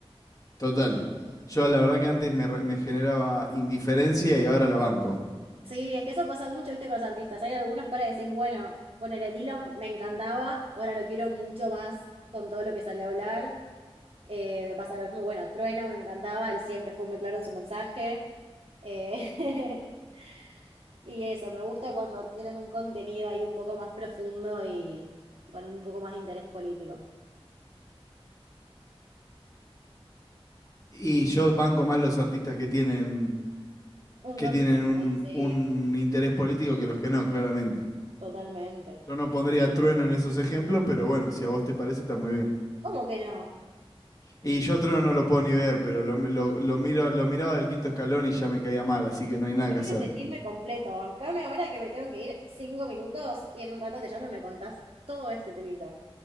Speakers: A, on the left; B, on the right.
A: total. Yo la verdad que antes me, re- me generaba indiferencia y ahora la banco.
B: Sí, es que eso pasa mucho, viste, con los artistas. Hay algunos que ahora decís, bueno, ponele Dylan, me encantaba, ahora lo quiero mucho más con todo lo que salió a hablar. Eh, me pasa lo mismo, bueno, Trueno me encantaba, él siempre fue muy claro en su mensaje. Eh, <laughs> y eso, me gusta cuando tienen un contenido ahí un poco más profundo y con un poco más de interés político.
A: Y yo banco más los artistas que tienen,
B: Un
A: que
B: contenido,
A: tienen un,
B: y sí,
A: un interés político que los que no, claramente.
B: totalmente.
A: Yo no pondría a trueno en esos ejemplos, pero bueno, si a vos te parece, está muy bien.
B: ¿Cómo que no?
A: Y yo a Trono no lo puedo ni ver, pero lo, lo- lo miro, lo miraba del quinto escalón y ya me caía mal, así que no hay nada que hacer.
B: Este chisme completo, bancame ahora que me tengo que ir cinco minutos y en un rato te llamo y me contás todo este temita.